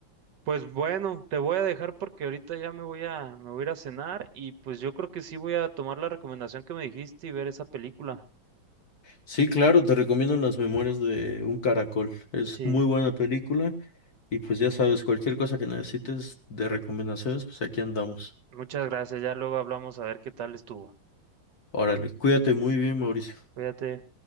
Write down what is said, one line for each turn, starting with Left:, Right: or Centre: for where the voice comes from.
Right: Pues bueno, te voy a dejar porque ahorita ya me voy a me voy a ir a cenar y pues yo creo que sí voy a tomar la recomendación que me dijiste y ver esa película.
Left: Sí, claro, te recomiendo Las Memorias de un Caracol. Es
Right: Sí,
Left: muy buena película. Y pues ya sabes, cualquier cosa que necesites de recomendaciones, pues aquí andamos.
Right: muchas gracias. Ya luego hablamos a ver qué tal estuvo.
Left: Órale, cuídate muy bien, Mauricio.
Right: Cuídate.